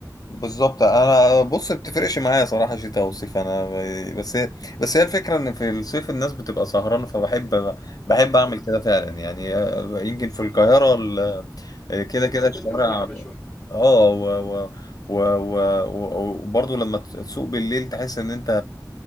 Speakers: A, on the left; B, on the left.
A: بالظبط انا بص بتفرقش معايا صراحه شتاء او صيف انا ب- بس هي بس هي الفكره ان في الصيف الناس بتبقى سهرانه فبحب بحب اعمل
B: امم
A: كده فعلا يعني آه، يمكن في القاهره ال- آه، كده
B: بتحب
A: كده الشوارع
B: انت الزحمه شويه
A: اه و و و و- و- وبرضه لما تسوق بالليل تحس ان انت